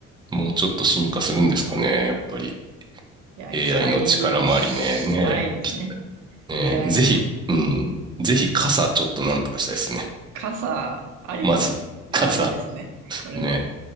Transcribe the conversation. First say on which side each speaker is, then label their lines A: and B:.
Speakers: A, on the right; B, on the right.
A: もうちょっと進化するんですかね、やっぱり。
B: いや、
A: AI
B: 期待したいですね。
A: の力もありね。ねえ、
B: AI
A: ねえ、ぜひ、
B: 発
A: うん、ぜひ傘ちょっとなんとかしたいですね。
B: 傘ありです。
A: まず、傘。
B: ありですね。これは
A: ねえ、